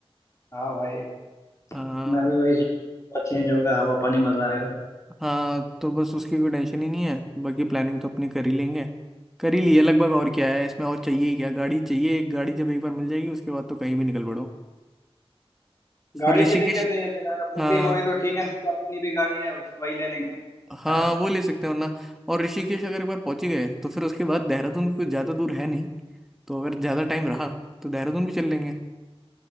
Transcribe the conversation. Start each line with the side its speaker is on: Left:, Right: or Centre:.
Left: हाँ भाई
Centre: हाँ
Left: मैं भी वही सोच चेंज होगा हवा पानी मजा आएगा
Centre: हाँ तो बस उसकी कोई टेंशन ही नहीं है बाकी प्लानिंग तो अपने कर ही लेंगे कर ही लिए लगभग और क्या है इसमें और चाहिए ही क्या गाड़ी चाहिए एक गाड़ी जब एक बार मिल जाएगी उसके बाद तो कहीं भी निकल पड़ो
Left: गाड़ी
Centre: फिर ऋषिकेश
Left: की दिक्कत नहीं है अगर बुकिंग
Centre: हाँ
Left: होगी तो ठीक है नहीं तो अपनी भी गाड़ी है उस वही ले लेंगे
Centre: हाँ
Left: हाँ,
Centre: वो ले सकते हैं वरना और ऋषिकेश अगर एक बार पहुंच ही गए तो फिर उसके बाद देहरादून भी कुछ ज़्यादा दूर है नहीं तो अगर ज़्यादा टाइम रहा तो देहरादून भी चल लेंगे